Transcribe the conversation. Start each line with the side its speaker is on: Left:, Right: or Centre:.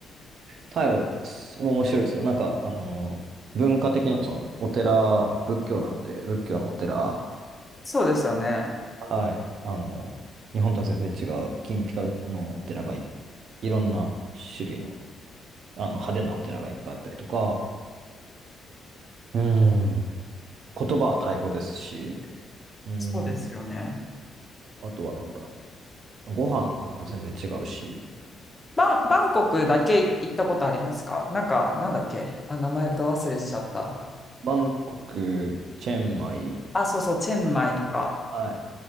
Right: タイはす面白いですよ。なんか、あのー文化的にもその、お寺、仏教なんで、仏教のお寺、
Left: そうですよね。
Right: はい、あのー日本とは全然違う、金ピカのお寺がい、いろんな種類の、あの、派手なお寺がいっぱいあったりとか、うーん、言葉はタイ語ですし、うーん、
Left: そうですよね。
Right: あとはなんだろう、ご飯なんか全然違うし、
Left: バン、バンコクだけ行ったことありますかなんか、なんだっけあ、名前ど忘れしちゃった。
Right: バンコク、チェンマイ、
Left: あ、そうそう、チェンマイとか。
Right: はい、